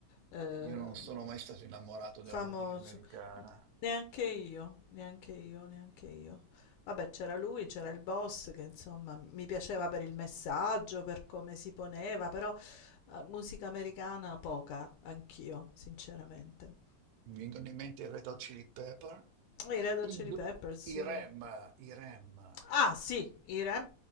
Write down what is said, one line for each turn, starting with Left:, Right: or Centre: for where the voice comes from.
Left: Ehm,
Right: Io non sono mai stato innamorato della
Left: Famoso.
Right: musica americana.
Left: Neanche io, neanche io, neanche io. Vabbè, c'era lui, c'era il boss che insomma mi piaceva per il messaggio, per come si poneva, però eh, musica americana poca, anch'io, sinceramente.
Right: Mi vengono in mente i Red Hot Chili Pepper,
Left: I Red Hot
Right: i,
Left: Chili
Right: G-
Left: Peppers,
Right: i
Left: sì.
Right: REM, i REM.
Left: Ah, sì, i Rem,